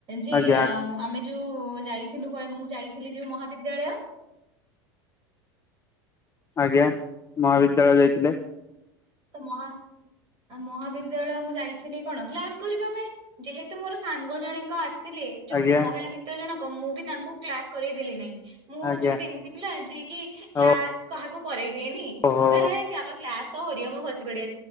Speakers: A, on the right (about 40°); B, on the left (about 25°).
A: ଯେ
B: ଆଜ୍ଞା
A: ଆମେ ଯୋଉ ଯାଇଥିଲୁ ମୁଁ ଯାଇଥିଲି ଯୋଉ ମହାବିଦ୍ୟାଳୟ
B: ଆଜ୍ଞା ମହାବିଦ୍ୟାଳୟ ଯାଇଥିଲେ।
A: ତ ମହା ଆ ମହାବିଦ୍ୟାଳୟ ମୁଁ ଯାଇଥିଲି କଣ କ୍ଲାସ କରିବା ପାଇଁ ଯେହେତୁ ମୋର ସାଙ୍ଗ ଜଣେ ଆସିଲେ ଯୋଉ
B: ଆଜ୍ଞା
A: ମହିଳା ମିତ୍ର ଜଣକ ମୁଁ ବି ତାଙ୍କୁ କ୍ଲାସ କରାଇ ଦେଲି ନାହିଁ ମୁଁ ହଉଛି
B: ଆଜ୍ଞା
A: ଗୋଟେ ଏମିତି ପିଲା ଯିଏ କି
B: ହଉ
A: କ୍ଲାସ କାହାକୁ କରେଇ ଦିଏନି
B: ଓହୋ
A: ମୁଁ କହେ ହେ ଚାଲ କ୍ଲାସ କ କରିବ ବସି ପଡିଆ